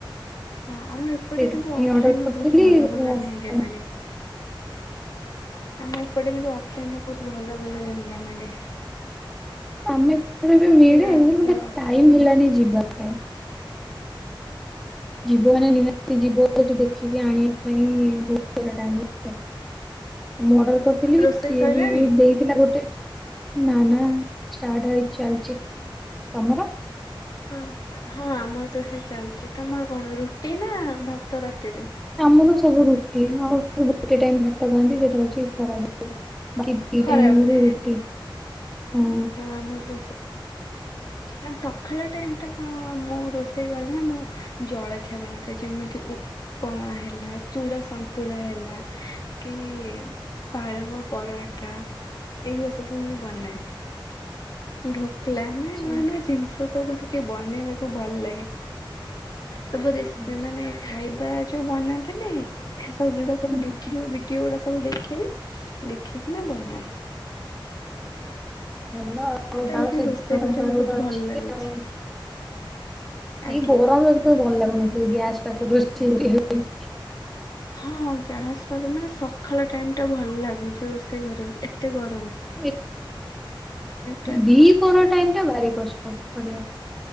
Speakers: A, on the left (about 50°); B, in the centre.
A: ହଁ ଆମ ଏପଟେ
B: ସେଇଥିପାଇଁ
A: କିନ୍ତୁ ଅଫଲାଇନରେ
B: ଅର୍ଡର କରିଥିଲି
A: ବହୁତ ଭଲ
B: ହୁଁ
A: ଭଲ ଲେହେଙ୍ଗା ମିଳେ। ଆମ ଏପଟେ କିନ୍ତୁ ଅଫ ଲାଇନ ଟା ବହୁତ୍ ଭ ଭଲ ଭଲ ଲେହେଙ୍ଗା ମିଳେ।
B: ଆମେ ଏପଟେ ବି ମିଳେ
A: କେବେ ଆସିବ।
B: ମତେ ଟାଇମ ହେଲାନି ଯିବା ବ ଯିବ ମାନେ ନିହାତି ଯିବ ସେଠି ଦେଖିକି ଆଣିବା ପାଇଁ ବହୁତ ସାରା ଟାଇମ୍ ଦରକାର। ମୁଁ ଅର୍ଡର କରିଥିଲି ବି
A: ରୋଷେଇ
B: ସିଏ
A: ସଇଲାଣି?
B: ବି ଦେଇଥିଲା ଗୋଟେ ନା ନା ଷ୍ଟାର୍ଟ ହେଇ ଚାଲିଛି। ତମର?
A: ହଁ ହଁ ଆମର ତ ସେ ଚାଲିଛି ତମର କଣ ରୁଟି ନା ଭାତ ରାତିରେ।
B: ଆମର ସବୁ ରୁଟି ଆମ ଗୋଟେ ଟାଇମ ଭାତ ଖାଆନ୍ତି ସେଇଟା ହଉଛି ଖରା ବେଳେ।
A: ଖରାବେଳେ
B: ଟାଇମ ଆମର ରୁଟି ହଁ।
A: ଆମର ତ ନା ସକାଳେ ଟାଇମ ଟା କଣ ମୁଁ ରୋଷେଇ କରେ ନା ମୁଁ ଜଳଖିଆ ବନେଇଥାଏ ଯେମିତି ଉପମା ହେଲା ଚୂଡ଼ା ସନ୍ତୁଳା ହେଲା କି ପାଳଙ୍ଗ ପରଣ ଟା ଏଇ ସବୁ ମୁଁ ବନାୟେ। ଧୂପ୍ ପିଲାନେ
B: ଆଚ୍ଛା।
A: ନୂଆ ନୂଆ ଜିନିଷ ସ ଗୋଟେ ଟିକେ ବନେଇବାକୁ ଭଲ ଲାଗେ। ସବୁ ଜିନ୍
B: ଆଚ୍ଛା
A: ମାନେ ଖାଇ ପ୍ରାୟ ଯୋଉ ବନାନ୍ତିନି। ଏ ସବୁ ଭିଡିଓ ସବୁ
B: ହୁଁ
A: ଦେଖି ଭିଡିଓ ଗୁଡା ସବୁ ଦେଖିବି ଦେଖିକି ନା ବନାଏ।
B: ଭଲ। ହଉ
A: ମତେ
B: ଯାଉ
A: ଟିକେ
B: ସେଦିନ
A: ରୋଷେଇ
B: ତମ
A: କରିବାକୁ
B: ପାଖରେ
A: ବହୁତ
B: ଗୋଟେ ଅଛି
A: ଭଲ ଲାଗୁଛି।
B: ଆଉ
A: ଆଜ୍ଞା।
B: ଏଇ ଗରମ ଏ ତ ଭଲ ଲାଗୁନି। ତ ଗ୍ୟାସ ତାକୁ ରୋଷେଇ କରିବାକୁ <unintelligible>
A: ହଁ ଗାସ ପା ମାନେ ସକାଳ ଟାଇମ ଟା ଭଲ ଲାଗୁଚି ରୋଷେଇ କରିବାକୁ ଏତେ ଗ
B: <unintelligible>
A: ଟା
B: ଦି ଥର ଟାଇମ ଟା ଭାରି କଷ୍ଟ କରିବା।